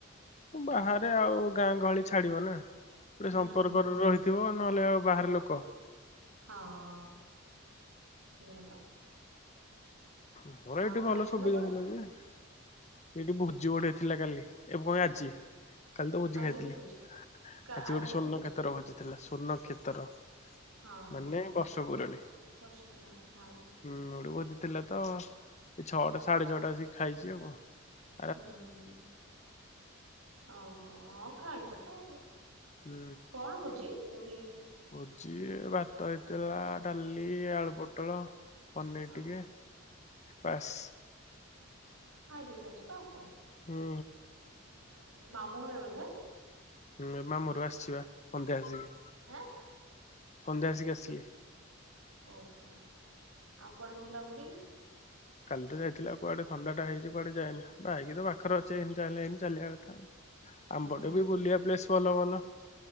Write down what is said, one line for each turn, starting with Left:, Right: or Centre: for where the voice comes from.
Left: ଓ
Right: ହୁଁ
Left: ବାହାରେ ଆଉ ଗାଁ ଗହଳି ଛାଡିବ ନା। ଗୋଟେ
Right: ହୁଁ
Left: ସମ୍ପର୍କରେ ରହି ଥିବ ନହେଲେ ଆଉ ବାହାର ଲୋକ।
Right: ହଁ ସେଇଆ ବା।
Left: ମୋର
Right: ଆଉ
Left: ଏଠି ଭଲ
Right: ଖାଇଥିଲ
Left: ସୁବିଧା
Right: କଣ
Left: ଥିଲା ଯେ। ଏଇଠି ଭୋଜି ଗୋଟେ ଥିଲା କାଲି। ଏ ପୁଣି ଆଜି। କାଲି ତ ଭୋଜି
Right: ଆଜି
Left: ଖାଇଥିଲି।
Right: କି ଭୋଜି?
Left: ଆଜି
Right: କା ଆଜି
Left: ଗୋଟେ ସ୍ଵର୍ଣ୍ଣ
Right: କି
Left: କ୍ଷେତ୍ର ଭୋଜି ଥିଲା। ସ୍ଵର୍ଣ୍ଣ କ୍ଷେତର।
Right: ହଁ
Left: ମାନେ
Right: ହଁ
Left: ବର୍ଷ ପୁରଣୀ। ହୁଁ,
Right: ବର୍ଷେ ପୁରାଣି ହଁ
Left: ଗୋଟେ ଭୋଜି ଥିଲା ତ, ଏ ଛଅଟା ସାଢେ ଛଅଟା ଆସିକି ଖାଇଛି ଆଉ କଣ।
Right: ହୁଁ, ହୁଁ, ଓହୋ ହଁ ଖାଇଛ ତ।
Left: ହୁଁ।
Right: କଣ ବୁଝି? ପୁରି
Left: ଭୋଜି ଭାତ ହେଇଥିଲା ଡାଲି ଆଳୁ ପୋଟଳ, ପନିର୍
Right: ହଁ।
Left: ଟିକେ। ପାସ୍।
Right: ହଁ ଖାଇ ଦେଇକି ଆଇଛ ତ ଆଉ କଣ, ଏ,
Left: ହୁଁ
Right: ଆ, ମାମୁଁଘରେ ବୋଧେ?
Left: ହୁଁ, ଏ ମାମୁଁଘରକୁ ଆସିିଛି ବା, ସନ୍ଧ୍ୟା ଆସିକି।
Right: ଆଁ,
Left: ସନ୍ଧ୍ୟା ଆସିକି ଆସିଲି।
Right: ଓହୋ! ଆଉ କୁଆଡେ ବୁଲାବୁଲି?
Left: କାଲି ତ ଯାଇଥିଲେ, ଆଉ କୁଆଡେ ଥଣ୍ଡା ଟା ହେଇଚି କୁଆଡେ ଯାଇନି। ବାଇକ୍ ତ ପାଖରେ ଅଛି ଇନ ଚାହିଁଲେ ଇନ ଚାଲିବା କଥା ଆଉ।
Right: ହୁଁ
Left: ଆମ ପଟେ
Right: ହୁଁ।
Left: ବି ବୁଲିବା ପ୍ଲେସ୍ ଭଲ ଭଲ।